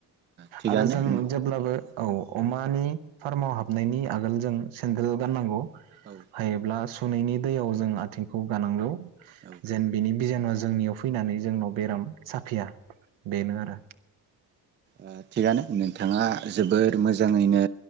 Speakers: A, on the right (about 25°); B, on the right (about 65°).
A: थिगानो
B: आरो जों
A: उम
B: जेब्लाबो औ अमानि फार्माव हाबनायनि आगोल जों सेन्देल गाननांगौ
A: औ
B: हायोब्ला सुनैनि दैयाव जों आथिंखौ गानांगौ
A: औ
B: जेन बेनि बिजानुया जोंनियाव फैनानै जोंनियाव बेराम साफिया। बेनो आरो
A: ओ थिगानो नोंथाङा जोबोर मोजाङैनो